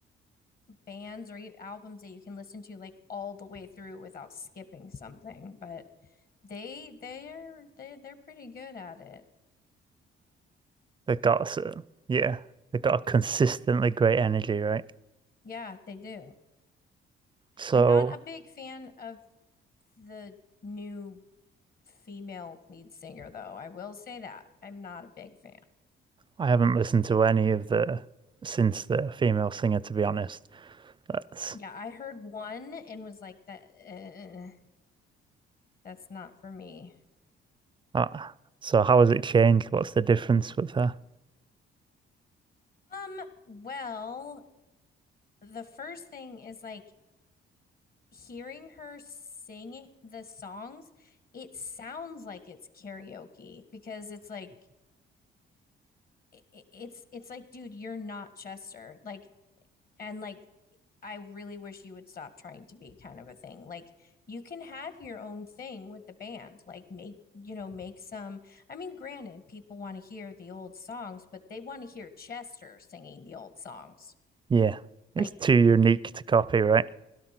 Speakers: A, on the left; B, on the right.
A: bands or e- albums that you can listen to like all the way through without skipping something, but they they're they they're pretty good at it.
B: they got so yeah, they got a consistently great energy, right?
A: Yeah, they do.
B: So
A: I'm not a big fan of the new female lead singer, though. I will say that I'm not a big fan.
B: I haven't listened to any of the since the female singer, to be honest. That's
A: Yeah, I heard one and was like, that uh, that's not for me.
B: uh, so how has it changed? What's the difference with her?
A: Um, well, the first thing is like hearing her sing the songs, it sounds like it's karaoke because it's like i- it's it's like, dude, you're not Chester. Like and like I really wish you would stop trying to be kind of a thing. Like you can have your own thing with the band. Like make, you know, make some I mean, granted, people want to hear the old songs, but they want to hear Chester singing the old songs.
B: Yeah, it's
A: Like,
B: too unique to copy, right?